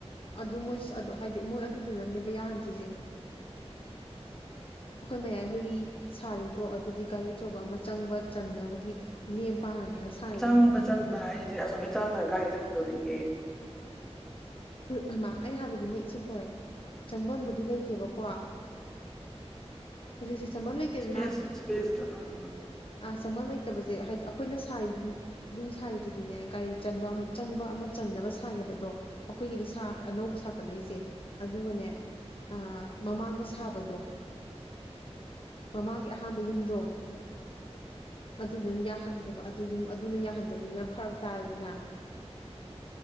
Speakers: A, on the left; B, in the centre.
A: ꯑꯗꯨ ꯃꯣꯏ ꯑꯗꯨ ꯍꯥꯏꯗꯤ ꯃꯣꯏ ꯑꯗꯨꯗꯨꯅꯅꯦꯕ ꯌꯥꯍꯟꯗ꯭ꯔꯤꯁꯦ
B: ꯎ <inaudible>
A: ꯑꯩꯈꯣꯏ ꯃꯌꯥꯏꯍꯣꯏꯒꯤ ꯁꯥꯔꯤꯗꯣ ꯑꯗꯨꯗꯤ ꯒꯥꯔꯤ ꯑꯆꯧꯕ ꯑꯃ ꯆꯪꯕ ꯆꯟꯅꯕꯒꯤ ꯂꯦꯝ ꯄꯥꯅꯅꯦꯕ ꯁꯥꯔꯤꯗꯣ
B: ꯆꯪꯕ ꯆꯟꯕ ꯍꯥꯏꯁꯦ ꯑꯁꯣ ꯆꯪꯗꯒꯥꯏ ꯆꯪꯗꯗꯒꯤ
A: ꯍꯃ ꯑꯩ ꯍꯥꯏꯕꯗꯤꯅꯦ ꯏꯁꯨꯦ ꯈꯣꯏ ꯆꯪꯐꯝꯕꯨꯗꯤ ꯂꯩꯇꯦꯕꯀꯣ ꯍꯧꯖꯤ ꯆꯪꯕꯝ ꯂꯩꯇꯦꯗꯅ
B: ꯏꯁꯄꯦꯁ ꯏꯁꯄꯦꯁꯇ ꯎꯝ
A: ꯑ ꯆꯪꯕꯝ ꯂꯩꯇꯕꯁꯦ ꯍꯥꯏꯗꯤ ꯑꯩꯈꯣꯏꯅ ꯁꯥꯔꯤ ꯌꯨꯝ ꯌꯨꯝ ꯁꯥꯔꯤꯗꯨꯗꯤꯅꯦ ꯒꯥꯔꯤ ꯆꯟꯕ ꯆꯪꯕ ꯑꯃ ꯆꯟꯅꯕ ꯁꯥꯥꯏꯅꯦꯕ ꯑꯗꯣ ꯈꯣꯏꯒꯤꯗꯤ ꯑꯅꯧꯕ ꯁꯥꯒꯠꯂꯛꯏꯁꯦ ꯑꯗꯨꯒꯅꯦ ꯑ ꯃꯃꯥꯡꯗ ꯁꯥꯕꯗꯣ ꯃꯃꯥꯡꯒꯤ ꯑꯍꯥꯟꯕ ꯌꯨꯝꯗꯣ ꯑꯗꯨꯗꯨꯅ ꯌꯥꯍꯟꯗ꯭ꯔꯦꯕ ꯑꯗꯨꯁꯨ ꯑꯗꯨꯅ ꯌꯥꯍꯟꯗꯕꯅꯤꯅ ꯐꯔꯛ ꯇꯥꯔꯦꯗꯅ